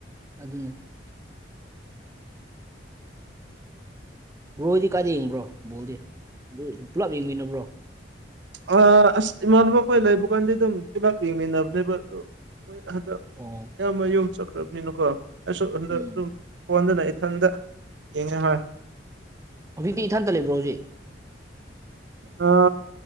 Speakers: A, on the right; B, on the right.
A: ꯑꯗꯨꯅꯦ꯫ ꯕ꯭ꯔꯣꯗꯤ ꯀꯥꯏꯗ ꯌꯦꯡꯕ꯭ꯔꯣ ꯕꯣꯜꯗꯤ ꯑꯗꯨ ꯄꯨꯂꯞ ꯌꯦꯡꯃꯤꯟꯅꯕ꯭ꯔꯣ꯫
B: ꯑ ꯑꯁ ꯏꯃꯥꯟꯅꯕ ꯈꯣꯏ ꯂꯩꯕ ꯀꯥꯟꯗꯤ ꯑꯗꯨꯝ ꯄꯨꯜꯂꯞ ꯌꯦꯡꯃꯤꯟꯅꯕꯅꯦꯕ ꯑꯗꯣ ꯃꫭꯏ ꯍꯟꯗꯛ
A: ꯑꯣ
B: ꯑꯌꯥꯝꯕ ꯌꯨꯝ ꯆꯠꯈ꯭ꯔꯕꯅꯤꯅꯀꯣ ꯑꯩꯁꯨ ꯑꯗꯨꯗ
A: ꯎꯝ
B: ꯑꯗꯨꯝ ꯐꯣꯟꯗꯨꯅ ꯏꯊꯟꯇ ꯌꯦꯡꯉꯦ ꯍꯣꯏ꯫
A: ꯍꯧꯖꯤꯛꯇꯤ ꯏꯊꯟꯇ ꯂꯩꯕ꯭ꯔꯣ ꯍꯧꯖꯤꯛ꯫
B: ꯑ